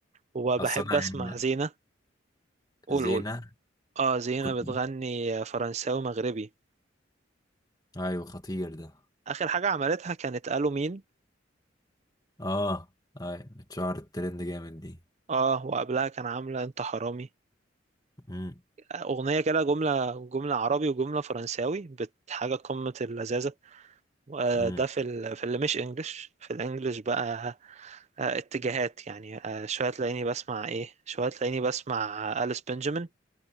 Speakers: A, on the right; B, on the left.
A: وبحب
B: اصل انا
A: اسمع
B: يعني
A: زينة قول
B: زينة
A: قول اه زينة
B: كنت
A: بتغني فرنساوي مغربي
B: ايوه خطير ده
A: اخر حاجه عملتها كانت قالوا مين
B: اه ايوه اتشهرت ترند جامد دي
A: اه وقبلها كان عامله انت حرامي
B: امم
A: اغنيه كده جمله جمله عربي وجمله فرنساوي بحاجه قمه اللذاذه آه،
B: امم
A: ده في ال... في اللي مش انجلش في الانجليش بقى آه، اتجاهات يعني آه، شويه تلاقيني بسمع ايه شويه تلاقيني بسمع آه، أليس بنجامين